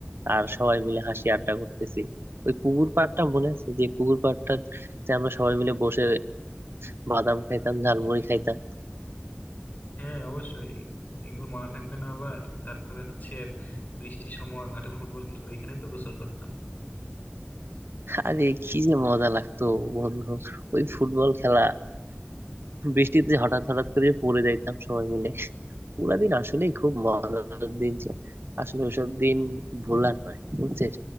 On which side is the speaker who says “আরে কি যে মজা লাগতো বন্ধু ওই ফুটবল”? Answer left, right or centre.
Right